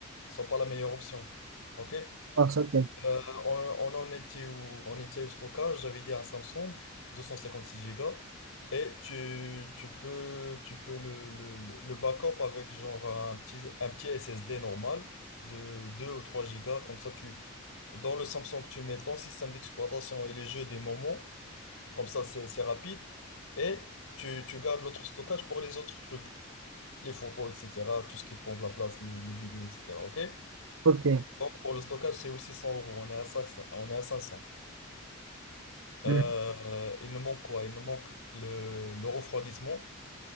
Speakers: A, on the left (about 85°); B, on the right (about 65°).
A: sont pas la meilleure option. OK?
B: Ah, ça, Ok,
A: Euh, on, on en était où? On était au stockage, j'avais dit un Samsung 256 Go et tu, tu peux, tu peux le, le, le backup avec genre un petit, un petit SSD normal de 2 ou 3 Go. Comme ça, tu, dans le Samsung, tu mets ton système d'exploitation et les jeux des moments. Comme ça, c'est c'est rapide. Et tu, tu gardes l'autre stockage pour les autres trucs, les photos, etc., tout ce qui prend de la place, les, les vidéos, etc. OK?
B: ok.
A: Donc, pour le stockage, c'est aussi 100 euros. On est à 500. On est à 500. Euh,
B: Mhm.
A: il nous manque quoi? Il nous manque le, le refroidissement.